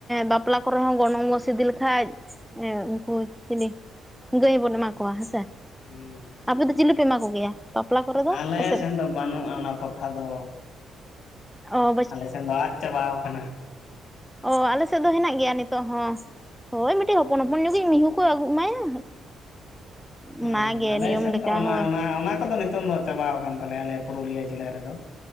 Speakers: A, in the centre; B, on the left (about 65°).
A: ᱵᱟᱯᱞᱟ ᱠᱚᱨᱮ ᱦᱚᱸ ᱜᱚᱱᱚᱝ ᱜᱚ ᱤᱫᱤ ᱞᱮᱠᱷᱟᱡ ᱠᱚ ᱪᱤᱞᱤ ᱜᱟᱹᱭ ᱵᱚᱱ ᱮᱢᱟ ᱠᱚᱣᱟ ᱦᱮᱸᱥᱮ
B: ᱦᱮᱸ
A: ᱟᱯᱮ ᱫᱚ ᱪᱤᱞᱤ ᱮᱢᱟ ᱠᱚᱜᱮᱭᱟ ᱵᱟᱯᱞᱟ ᱠᱚᱨᱮ ᱫᱚ
B: ᱟᱞᱮ
A: ᱟᱯᱮ
B: ᱥᱮᱫ ᱫᱚ ᱵᱟᱹᱱᱩᱜᱼᱟ, ᱚᱱᱟ ᱯᱨᱚᱛᱷᱟ ᱫᱚ
A: ᱚ
B: ᱟᱞᱮ ᱥᱮᱱ ᱫᱚ ᱟᱫ ᱪᱟᱵᱟᱟᱣ ᱠᱟᱱᱟ᱾
A: ᱚᱻ ᱟᱞᱮ ᱥᱮᱫ ᱫᱚ ᱦᱮᱱᱟᱜ ᱜᱮᱭᱟ ᱱᱤᱛᱚᱜ ᱦᱚᱸ ᱦᱳᱭ ᱢᱤᱫᱴᱤᱡ ᱦᱚᱯᱚᱱ ᱦᱚᱯᱚᱱ ᱦᱚᱯᱚᱱ ᱱᱚᱜᱤᱡ ᱢᱤᱦᱩ ᱠᱚ ᱮᱢᱟᱭᱟ᱾
B: ᱦᱩᱸ
A: ᱚᱱᱟᱜᱮ
B: ᱟᱞᱮ
A: ᱱᱤᱭᱚᱢ
B: ᱥᱮᱱ
A: ᱞᱮᱠᱟ
B: ᱫᱚ ᱚᱱᱟ
A: ᱦᱳᱭ
B: ᱚᱱᱟ ᱚ ᱠᱚᱫᱚ ᱱᱤᱛᱚᱝ ᱫᱚ ᱪᱟᱵᱟ ᱟᱠᱟᱱ ᱛᱟᱞᱮᱭᱟ ᱟᱞᱮ ᱯᱩᱨᱩᱞᱤᱭᱟᱹ ᱡᱮᱞᱟ ᱨᱮᱫᱚ᱾